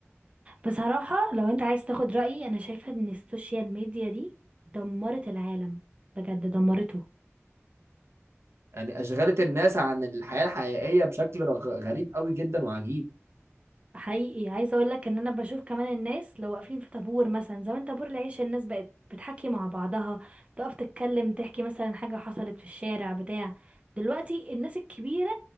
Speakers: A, on the right; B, on the right.
A: بصراحة لو انت عايز تاخد رأيي انا شايفة ان السوشيال ميديا دي دمرت العالم بجد دمرته
B: يعني أشغلت الناس عن الحياة الحقيقية بشكل رغ- غريب قوي جدا وعجيب
A: حقيقي عايزة اقولك ان انا بشوف كمان الناس لو واقفين في طابور مثلا زمان طابور العيش الناس بقت بتحكي مع بعضها تقف تتكلم تحكي مثلا حاجة حصلت في الشارع بتاع دلوقتي الناس الكبيرة